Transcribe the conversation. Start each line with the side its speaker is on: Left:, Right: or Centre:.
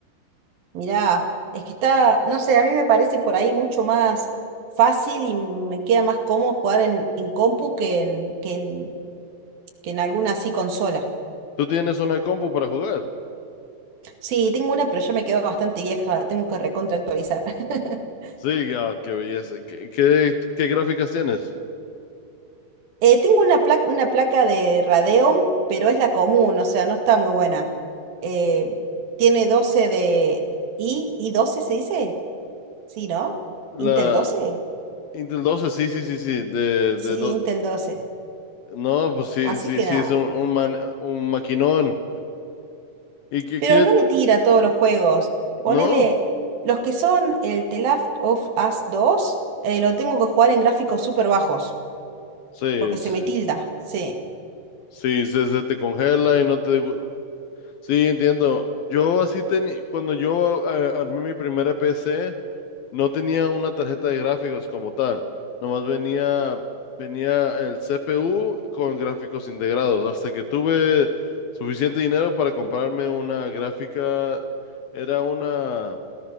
Right: Mirá, es que está, no sé, a mí me parece por ahí mucho más fácil y me queda más cómodo jugar en, en compu que en, que en, que en alguna así consola.
Left: ¿Tú tienes una compu para jugar?
Right: Sí, tengo una, pero yo me quedo bastante vieja, la tengo que recontra actualizar. <laughs>
Left: Sí, ah, qué belleza. ¿Qué, qué, qué gráficas tienes?
Right: Eh, tengo una placa, una placa de Radeon, pero es la común, o sea, no está muy buena. Eh, tiene 12 de I, y doce se dice? Sí, ¿no?
Left: La,
Right: Intel doce
Left: Intel doce sí, sí, sí, sí, de,
Right: Sí,
Left: de do-
Right: Intel doce
Left: No, pues sí,
Right: Así
Left: sí,
Right: que
Left: sí,
Right: nada.
Left: es un, un, man- un maquinón. ¿Y qué,
Right: Pero
Left: qué?
Right: no me tira todos los juegos. Ponele
Left: ¿No?
Right: los que son el The Last of Us dos eh, lo tengo que jugar en gráficos súper bajos,
Left: Sí,
Right: porque se
Left: sí,
Right: me tilda. Sí.
Left: sí, se, se te congela y no te... gu- Sí, entiendo. Yo así tenía, cuando yo eh, armé mi primera PC, no tenía una tarjeta de gráficos como tal. Nomás venía, venía el CPU con gráficos integrados. Hasta que tuve suficiente dinero para comprarme una gráfica, era una...